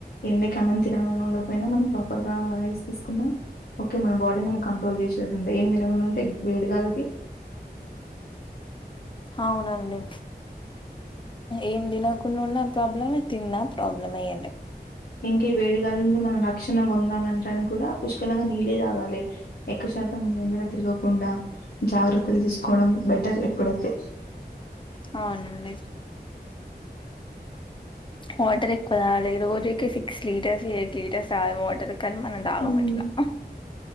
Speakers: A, on the left; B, on the left.
A: ఎండకాలం తినాలని ఉండకపోయినా మనం ప్రపర్ రైస్ తీసుకుందాం ఓకే మన బాడీ మన కంట్రోల్ చేసేది ఉంటాయిఏ తినకుండా ఉంటే వేడిగాలి
B: అవునండి ఏం తినకుండా ఉన్నా ప్రాబ్లమే తిన్నా ప్రాబ్లం ఎండకి
A: ఇంక వేడిగాలు నుంచి మనం తక్షణం పొందాలంటానికి కూడా పుష్కలంగా నీళ్ళే తాగాలి ఎక్కువ శాతం ఎండలో తిరగకుండా జాగ్రత్తలు తీసుకోవడం బెటర్ ఎప్పుడైతే
B: అవునండి వాటర్ ఎక్కువ తాగలేదు రోజుకి సిక్స్ లీటర్స్ ఎయిట్ లీటర్స్ తాగాల వాటర్ కానీ మనం తాగం
A: ఉమ్,
B: అట్లా